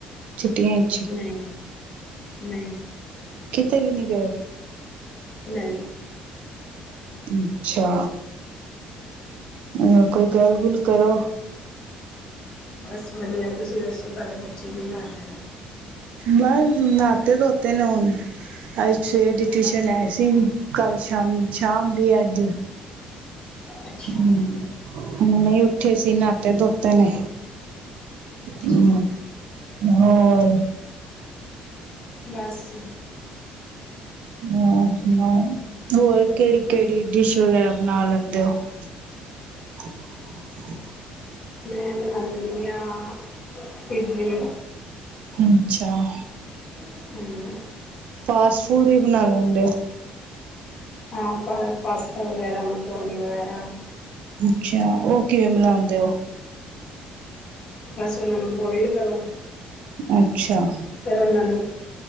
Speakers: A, on the right; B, on the left.
A: ਛੁੱਟੀਆਂ ਚ
B: ਨਹੀਂ ਨਹੀਂ
A: ਕਿਤੇੇ ਵੀ ਨੀ ਗਏ
B: ਨਹੀਂ
A: ਅੱਛਾ। ਹੋਰ ਕੋਈ ਗੱਲ ਗੁਲ ਕਰੋ
B: ਬਸ ਵਧੀਆ ਤੁਸੀਂ ਦੱਸੋ ਤੁਹਾਡੇ ਬੱਚੇ ਕੀ ਕਰ ਰਹੇ ਨੇ
A: ਬਸ ਨਹਾਤੇ ਧੋਤੇ ਨੇ ਹੁਣ ਅੱਜ ਛੇ ਟਿਊਸ਼ਨ
B: ਅੱਛਾ
A: ਹੈ ਸੀ ਵੀ ਕੱਲ ਸ਼ਾਮ ਸ਼ਾਮ ਵੀ ਅੱਜ
B: ਅੱਛਾ
A: ਹੂ ਹੁਣੇ ਉੱਠੇ ਸੀ ਨਾਤੇ ਧੋਤੇ ਨੇ
B: ਅੱਛਾ
A: ਹੂ ਹੋਰ
B: ਬਸ
A: ਹੋਰ ਸੁਣਾਓ ਹੋਰ ਕਿਹੜੀ ਕਿਹੜੀ ਡਿਸ਼ ਵਗੈਰਾ ਬਣਾ ਲੈਂਦੇ ਹੋ।
B: <inaudible>
A: <inaudible>
B: ਮੈਂ ਬਣਾ ਲੈਂਦੀ ਹਾਂ ਇਡਲੀ
A: ਅੱਛਾ
B: ਹਾਂਜੀ
A: ਫਾਸਟ ਫੂਡ ਵੀ ਬਣਾ ਲੈਂਦੇ ਹੋ
B: ਹਾਂ ਪਾਸਤਾ ਵਗੈਰਾ ਮਕਰੋਨੀ ਵਗੈਰਾ
A: ਅੱਛਾ ਉਹ ਕਿਵੇਂ ਬਨਾਉਂਦੇ ਉਹ
B: ਬਸ ਉਹਨਾਂ ਨੂੰ ਬੋਆਇਲਡ ਕਰੋ
A: ਅੱਛਾ
B: ਫੇਰ ਉਹਨਾਂ ਨੂੰ